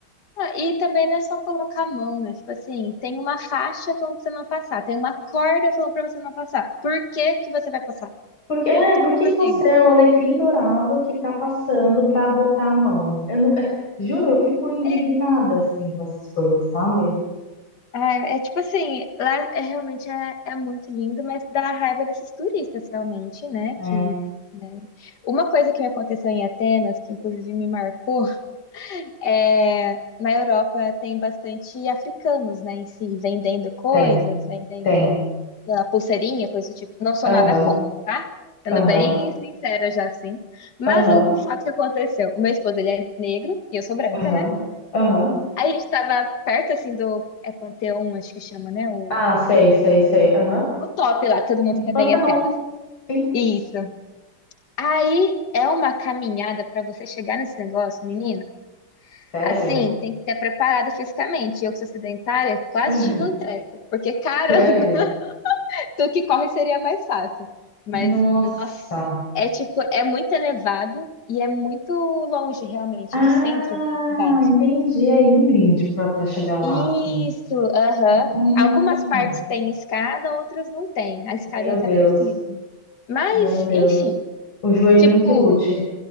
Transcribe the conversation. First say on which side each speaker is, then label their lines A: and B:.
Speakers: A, on the left (about 50°); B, on the left (about 70°).
A: ah, e também não é só colocar a mão, né? Tipo assim, tem uma faixa falando pra você não passar, tem uma corda falando pra você não passar. Por que que você vai passar?
B: Por que, é, por que
A: Tipo
B: que você
A: assim,
B: é o alecrim dourado que tá passando pra botar a mão? Eu não, é, juro, eu fico indignada
A: é
B: assim com essas coisas, sabe?
A: Ah, é tipo assim, lá é realmente é, é muito lindo, mas dá raiva desses turistas realmente, né?
B: É,
A: Que, né? Uma coisa que me aconteceu em Atenas, que inclusive me marcou, é na Europa tem bastante africanos, né, em si, vendendo coisas,
B: tem,
A: vendendo
B: tem.
A: sei lá, pulseirinha, coisa do tipo. Não sou nada
B: Aham,
A: contra, tá? Sendo
B: aham,
A: bem sincera já assim. Mas
B: aham,
A: o fato que aconteceu, o meu esposo ele é negro e eu sou branca,
B: aham,
A: né?
B: aham.
A: Aí a gente tava perto, assim, do... É Panteão, acho que chama, né? O,
B: Ah,
A: o,
B: sei, sei, sei. Aham.
A: o top lá, que todo mundo quer
B: Pantanon,
A: ver em Atenas.
B: sim.
A: Isso. Aí é uma caminhada pra você chegar nesse negócio, menina.
B: Sério?
A: Assim, tem que ter preparada fisicamente. Eu que sou sedentária, quase
B: <laughs>
A: tive um treco. Porque, caramba,
B: Sério?
A: <laughs> tu que corre seria mais fácil. Mas,
B: Nossa.
A: nossa, é tipo, é muito elevado e é muito longe, realmente,
B: Ah,
A: do centro da cidade.
B: entendi. É íngreme tipo, pra, pra chegar lá,
A: Isso,
B: assim.
A: aham.
B: Hum,
A: Algumas partes têm escada, outras não têm. A escada
B: meu
A: eu até
B: Deus,
A: prefiro, né? Mas,
B: meu Deus.
A: enfim,
B: O joelhinho
A: tipo,
B: que lute.